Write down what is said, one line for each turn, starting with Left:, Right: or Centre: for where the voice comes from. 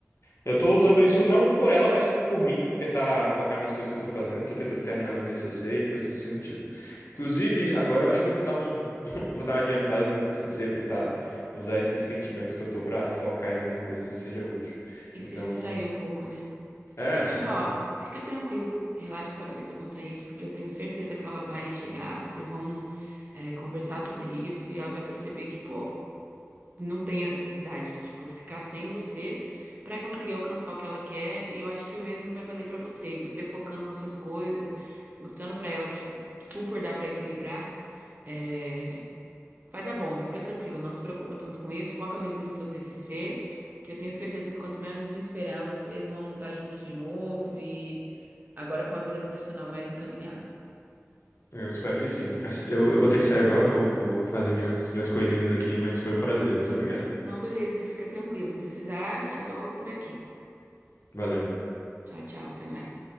Left: Eu tô usando isso não por ela, mas por mim, tentar focar nas coisas que eu tô fazendo. Tô tentando terminar meu TCC e coisas assim do tipo. Inclusive, agora eu acho que eu vou dar um, <laughs> vou dar uma adiantada no meu TCC, tentar usar esses sentimentos que eu tô pra focar em alguma coisa que seja útil.
Right: E
Left: Então,
Right: se distrair um pouco, né?
Left: é,
Right: Mas
Left: sim,
Right: ó,
Left: sim.
Right: fica tranquilo, relaxa sua cabeça quanto a isso, porque eu tenho certeza que ela vai chegar, vocês vão é, conversar sobre isso e ela vai perceber que, pô, não tem a necessidade de, tipo, ficar sem você pra conseguir alcançar o que ela quer. E eu acho que o mesmo vai valer pra você. E você focando nas suas coisas, mostrando pra ela que, tipo, super dá pra equilibrar, é, vai dar bom. Fica tranquila, não se preocupa tanto com isso. Foca mesmo no seu TCC, que eu tenho certeza que quanto menos você esperar, vocês vão estar juntos de novo e agora com a vida profissional mais encaminhada.
Left: Eu espero que sim. Eu, eu vou ter que sair agora, eu vou, vou fazer minhas, minhas coisinhas aqui, mas foi um prazer. Muito obrigado.
Right: Não, beleza, fica tranquila. Se precisar, eu tô por aqui.
Left: Valeu.
Right: Tchau, tchau, até mais.